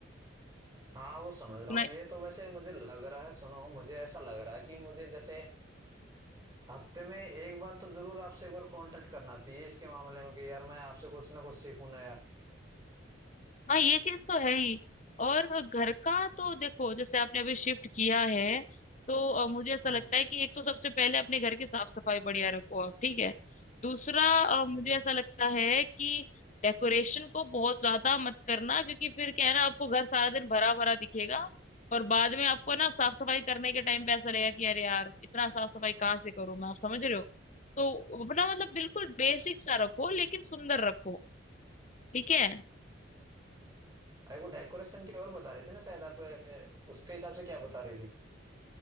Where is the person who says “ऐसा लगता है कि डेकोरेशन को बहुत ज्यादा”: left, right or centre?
Left